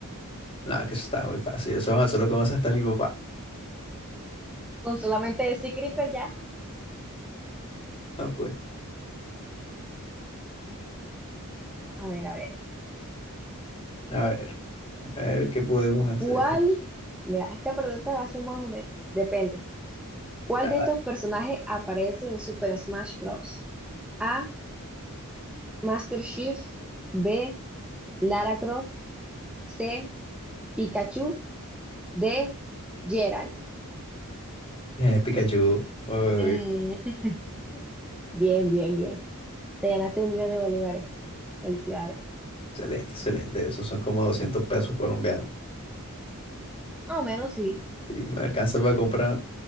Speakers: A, on the left; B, in the centre.
A: No, que eso está muy fácil. Eso solo conoce hasta mi papá.
B: Con solamente decir Creeper ya.
A: Ah, pues.
B: A ver, a ver.
A: A ver, a ver qué podemos hacer
B: ¿Cuál?
A: aquí.
B: Mira, esta pregunta va a ser más o menos. Depende. ¿Cuál
A: Ah,
B: de estos personajes aparece en Super Smash Bros? A. Master Chief. B. Lara Croft. C. Pikachu. D. Geralt.
A: eh, Pikachu. Uy,
B: Mm, <laughs> bien, bien, bien. Te ganaste un millón de bolívares. Felicidades.
A: excelente, excelente. Esos son como 200 pesos colombianos.
B: Más o menos sí.
A: Sí, me alcanza para comprar